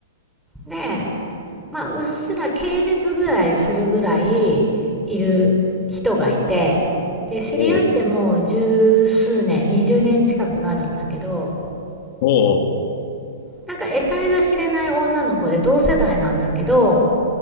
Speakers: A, in the centre; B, on the left.
A: で、まあ、うっすら軽蔑ぐらいするぐらいいる人がいてで知り合ってもう十数年20年近くなるんだけど
B: おう、おう。
A: なんか得体が知れない女の子で同世代なんだけど